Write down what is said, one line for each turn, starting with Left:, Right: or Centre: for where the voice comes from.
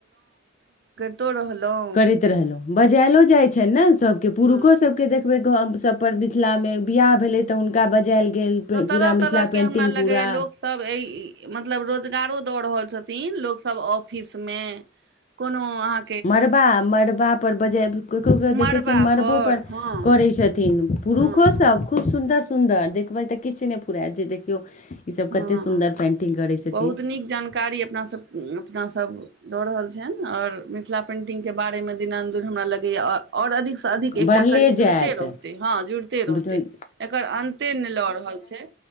Right: कतोरहलहुँ
Left: करैत रहलहुँ बजायलो जाइत छनि ने सभके पुरुषोसभ
Right: हँ
Left: के देखबै ग सबपर मिथिलामे बिआाह भेलै तऽ हुनका बजायल गेल पे-
Right: तऽ
Left: पूरा
Right: तरह
Left: मिथिला
Right: तरह के
Left: पेन्टिंग
Right: हमरा
Left: पूरा
Right: लगेया लोक सभ एहि मतलब रोजगारो दऽ रहल छथिन लोकसभ ऑफिसमे कोनो अहाँ
Left: मड़बा मड़बापर बजाय ककरो क देखै
Right: मड़बा
Left: छियनि मड़बोपर
Right: पर हँ
Left: करैत छथिन पुरुषोसभ
Right: हँ
Left: खूब सुन्दर सुन्दर देखबै तऽ किछु नहि फुरात जे देखियौ ईसभ
Right: हँ
Left: कतेक सुन्दर पेन्टिंग करै छथिन
Right: बहुत नीक जानकारी अपना सब अपनासभ दऽ रहल छनि आओर मिथिला पेन्टिंगके बारेमे दिनानन्दिन हमरा लगैय ओर अधिक से अधिक एकटा
Left: बढ़ले
Right: करी जुड़ते
Left: जायत
Right: रहते हँ जुड़ते रहते
Left: बुझ-
Right: एकर अंत ओते नहि लऽ रहल छैय